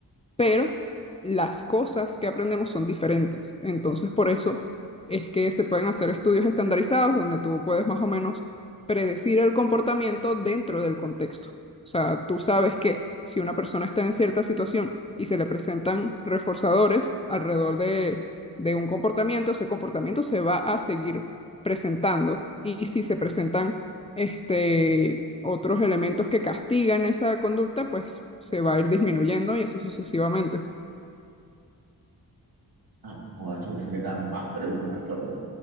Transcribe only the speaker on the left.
pero las cosas que aprendemos son diferentes. Entonces, por eso es que se pueden hacer estudios estandarizados donde tú puedes más o menos predecir el comportamiento dentro del contexto. O sea, tú sabes que si una persona está en cierta situación y se le presentan reforzadores alrededor de, de un comportamiento, ese comportamiento se va a seguir presentando. Y si se presentan este, otros elementos que castigan esa conducta, pues se va a ir disminuyendo y así sucesivamente.